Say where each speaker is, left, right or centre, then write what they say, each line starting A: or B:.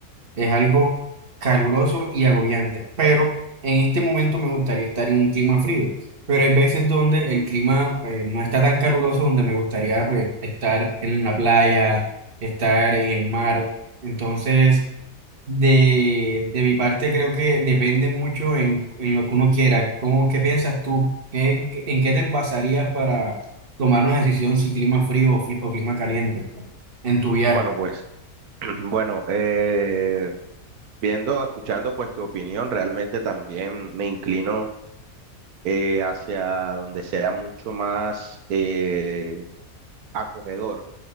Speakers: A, on the right; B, on the right.
A: es algo caluroso y agobiante, pero en este momento me gustaría estar en un clima frío. Pero hay veces donde el clima eh, no está tan caluroso, donde me gustaría pues, estar en la playa, estar en el mar. Entonces, de, de mi parte creo que depende mucho en, en lo que uno quiera. ¿Cómo, qué piensas tú? ¿Qué, qué- en qué te basarías para tomar una decisión si clima frío o, fri- o clima caliente en tu viaje?
B: Bueno, pues, <clears throat> bueno, eh, viendo, escuchando pues tu opinión, realmente también me inclino eh, hacia donde sea mucho más eh, acogedor